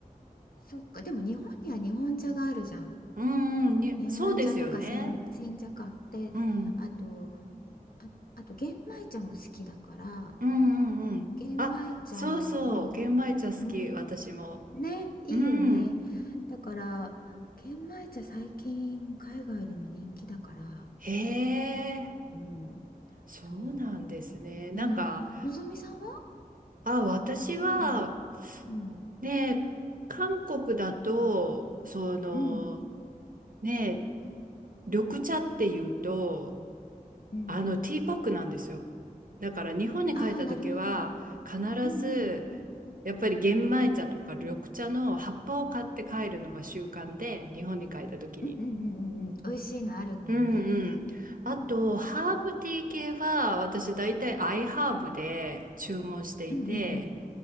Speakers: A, on the left; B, on the right.
A: そっか、でも日本には日本茶があるじゃん。
B: うんうん、に、
A: 日本茶とか煎、
B: そうですよね。
A: 煎茶かってあと
B: うん。
A: あ、あと玄米茶も好きだから
B: うんうんうん。
A: 玄米茶も
B: あ、そうそう。玄米茶好き、
A: うん
B: 私も。
A: ねいいよねだから玄米茶最近海外でも人気だから
B: うん。へえ、
A: うん
B: そうなんですね。
A: そ
B: なんか、
A: ううんのぞみさんは好
B: あ、私は、
A: きなうん
B: ね、韓国だと、その、
A: うん
B: ね、緑茶っていうと、
A: うん
B: あの、ティーパックなんですよ。だから日本に帰った時は必ず
A: ああーなるほどうんうん
B: やっぱり玄米茶とか緑茶の葉っぱを買って帰るのが習慣で日本に帰った時に。
A: うんうんうんうんうん美味しいのあるもんね
B: うんうん。あと、
A: うん
B: ハーブティー系は、私大体アイハーブで注文していて、
A: うんうん